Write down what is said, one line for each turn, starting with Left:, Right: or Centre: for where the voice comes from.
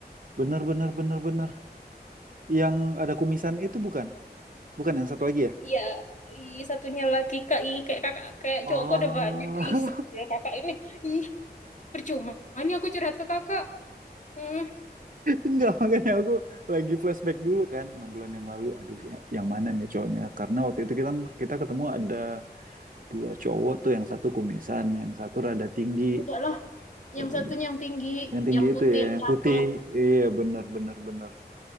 Right: Benar benar benar benar. Yang ada kumisan itu bukan? Bukan yang satu lagi ya?
Left: Iya, ih, satunya lagi kak, i kayak kakak, kayak
Right: Oh,
Left: cowokku ada banyak, kak i
Right: <laughs>
Left: sebel kakak ini, ih, percuma, ini aku curhat ke kakak, hmm,
Right: Enggak, <laughs> makanya aku lagi flashback dulu kan, enam bulan yang lalu, aduh ya- yang mana nih cowoknya? Karena waktu itu kita kita ketemu ada dua cowok tuh, yang satu kumisan, yang satu rada tinggi,
Left: Enggak lah,
Right: Er,
Left: yang satunya yang tinggi,
Right: yang tinggi
Left: yang putih,
Right: itu ya,
Left: yang
Right: yang
Left: cakep.
Right: putih, iya bener bener bener,